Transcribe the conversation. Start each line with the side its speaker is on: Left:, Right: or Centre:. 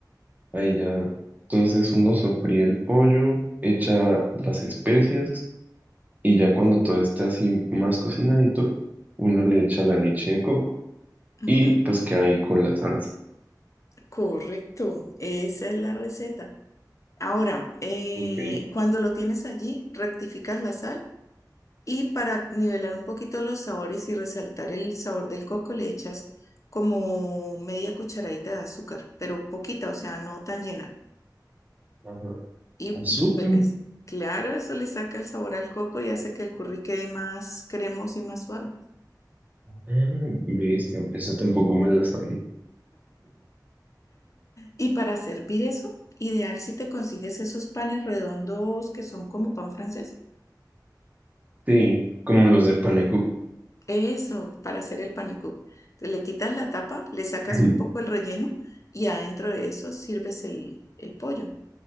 Right: ahí ya. Entonces uno sofría el pollo, echa las especias Y ya cuando todo esté así más cocinadito, uno le echa la leche de coco
Left: Ujú.
Right: y pues queda ahí con la salsa.
Left: Correcto, esa es la receta. Ahora, eh,
Right: Ok.
Left: cuando lo tienes allí, rectificas la sal Y para nivelar un poquito los sabores y resaltar el sabor del coco, le echas como media cucharadita de azúcar, pero poquita, o sea, no tan llena.
Right: Ajá.
Left: Y
Right: Azúcar.
Left: revuelves. Claro, eso le saca el sabor al coco y hace que el curry quede más cremoso y más suave.
Right: Ah, listo. Eso tampoco me la sabía.
Left: Y para servir eso, ideal si te consigues esos panes redondos que son como pan francés.
Right: Sí, como los de panecook.
Left: Eso, para hacer el panicú. Te le quitas la tapa, le sacas
Right: <laughs>
Left: un poco el relleno y adentro de eso sirves el, el pollo.